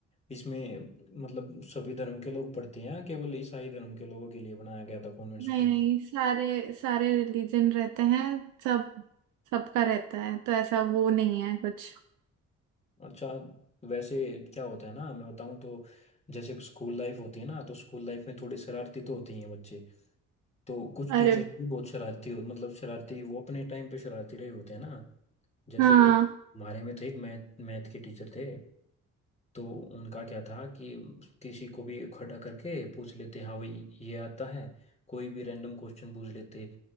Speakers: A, on the left; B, on the right.
A: इसमें मतलब सभी धर्म के लोग पढ़ते हैं या केवल ईसाई धर्म के लोगों के लिए बनाया गया था कॉन्वेंट स्कूल
B: नहीं नहीं सारे सारे रिलीजन रहते हैं सब सबका रहता है तो ऐसा वो नहीं है कुछ
A: अच्छा वैसे क्या होता है ना मैं बताऊं तो जैसे स्कूल लाइफ होती है ना तो स्कूल लाइफ में थोड़ी शरारती तो होती हैं बच्चे तो कुछ
B: अरे
A: टीचर भी बहुत शरारती हो मतलब शरारती वो अपने टाइम पे शरारती रहे होते हैं ना जैसे
B: हाँ
A: हमारे में थे एक मैथ मैथ के टीचर थे तो उनका क्या था कि किसी को भी खड़ा करके पूछ लेते हाँ भाई ये आता है कोई भी रैंडम क्वेश्चन पूछ लेते